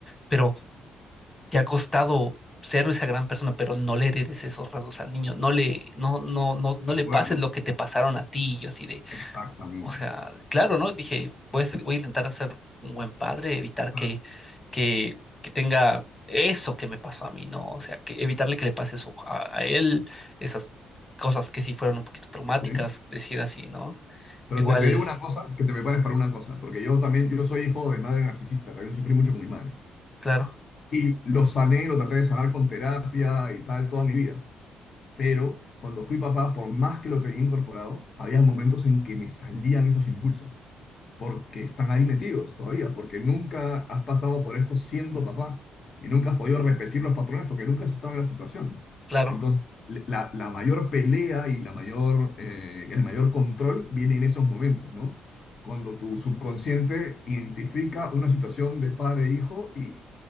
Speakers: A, on the left; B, on the left.
A: pero te ha costado ser esa gran persona, pero no le heredes esos rasgos al niño, no le, no, no, no, no
B: de acuerdo,
A: le pases lo que te pasaron a ti. Y yo así de,
B: exactamente.
A: o sea, claro, ¿no? Dije, voy a ser- voy a intentar hacer un buen padre, evitar
B: Ah,
A: que, que, que tenga eso que me pasó a mí, ¿no? O sea, que evitarle que le pase eso a, a él, esas cosas que sí fueron un poquito traumáticas,
B: Sí,
A: decir así, ¿no?
B: pero
A: Igual,
B: te, te digo una cosa, que te prepares para una cosa, porque yo también, yo soy hijo de madre narcisista, también sufrí mucho con mi madre.
A: claro,
B: Y lo sané, lo traté de sanar con terapia y tal toda mi vida. Pero cuando fui papá, por más que lo tenía incorporado, había momentos en que me salían esos impulsos. porque están ahí metidos todavía, porque nunca has pasado por esto siendo papá y nunca has podido repetir los patrones porque nunca has estado en la situación.
A: claro.
B: Entonces, la, la mayor pelea y la mayor, eh, el mayor control viene en esos momentos, ¿no? Cuando tu subconsciente identifica una situación de padre e hijo y